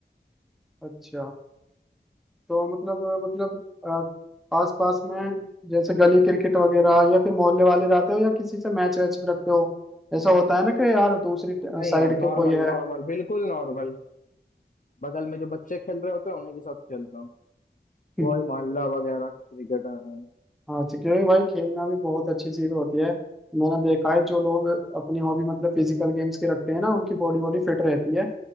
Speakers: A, in the centre; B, on the left.
A: अच्छा तो मतलब मतलब अ, आसपास में जैसे गली क्रिकेट वगैरह या फिर मोहल्ले वाले जाते हो या किसी से मैच वैच भी रखते हो ऐसा होता है ना कि यार दूसरी
B: नहीं
A: साइड
B: यार नॉर्मल
A: के कोई है
B: नॉर्मल बिल्कुल नॉर्मल बगल में जो बच्चे खेल रहे होते हैं उन्हीं के साथ खेलता हूँ
A: <laughs>
B: वही मोहल्ला वगैरह का क्रिकेट है
A: हाँ तो क्योंकि भाई खेलना भी बहुत अच्छी चीज होती है मैंने देखा है जो लोग अपनी हॉबी मतलब फिजिकल गेम्स की रखते हैं ना उनकी बॉडी बॉडी फिट रहती है